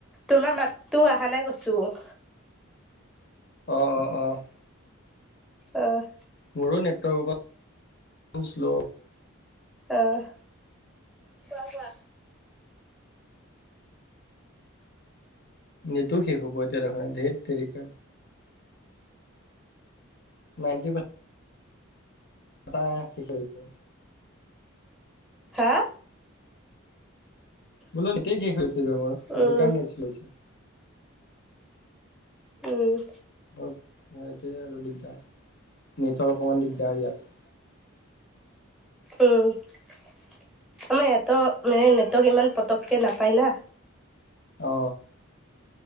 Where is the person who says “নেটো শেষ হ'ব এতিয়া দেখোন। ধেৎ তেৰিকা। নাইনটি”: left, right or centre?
Left